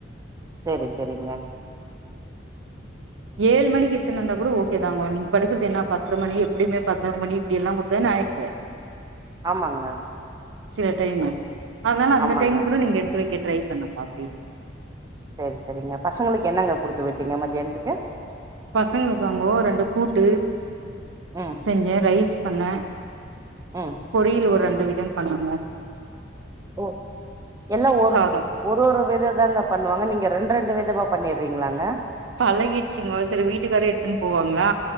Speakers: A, on the right; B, on the right.
A: செரி செரிங்க
B: ஏழு மணிக்கு எத்துட்டு வந்தா கூடி ஓகே தாங்கோ நீங்க படுக்கறது என்னா பத்தர மணி எப்டியுமே பதினொரு மணி இப்டிய எல்லாம் கொடுத்தாலுங்கூடி ஆயிடுது
A: ஆமாங்க
B: சில டைம்மு அதனால அந்த
A: ஆமாங்க
B: டைம் கூட நீங்க எடுத்து வைக்க ட்ரை பண்ணுங்க அப்டி
A: செரி செரிங்க பசங்களுக் என்னங்க குடுத்து விட்டீங்க மத்தியானத்துக்கு
B: பசங்களுக்காங்கோ ரெண்டு கூட்டு
A: ம்
B: செஞ்ச ரைஸ் பண்ண
A: ம்
B: பொரியல் ஒரு ரண் ஒரு விதம் பண்ணுங்க
A: ஓ எல்லா ஒரு
B: சாதம்
A: ஒரு ஒரு வித தாங்க பண்ணுவாங்க நீங்க ரெண்டு ரெண்டு விதமாப் பண்ணிறீங்களாங்க
B: பழகிடுச்சிங்கோ செரி வீட்டுக்காரு எடுத்துன்னு போவாங்களா